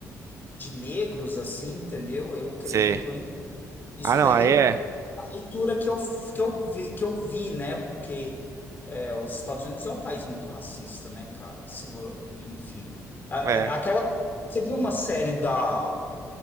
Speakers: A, on the left; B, on the right.
A: de negros, assim, entendeu? Eu creio,
B: sei.
A: Isso
B: Ah, não,
A: daí
B: aí
A: é
B: é,
A: a leitura que eu, que eu vi, que eu vi, né? Porque é, os Estados Unidos é um país muito racista, né, cara? Se, vo- enfim. A-
B: é
A: é- Aquela. Você viu uma série da.